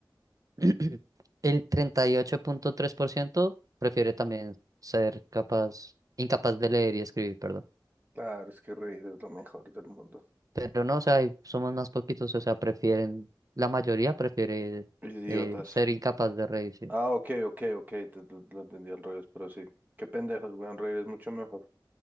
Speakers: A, on the right; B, on the right.
A: <clears throat> El treinta y ocho punto tres por ciento prefiere también ser capaz, incapaz de leer y escribir, perdón.
B: Claro, es que reír es lo mejor del mundo.
A: Pero no, o sea, hay- somos más poquitos, o sea, prefieren, la mayoría prefiere
B: Idiotas.
A: eh, ser incapaz de reírse,
B: Ah, ok, ok, ok, te- te- lo entendí al revés, pero sí. Qué pendejos, weón, reír es mucho mejor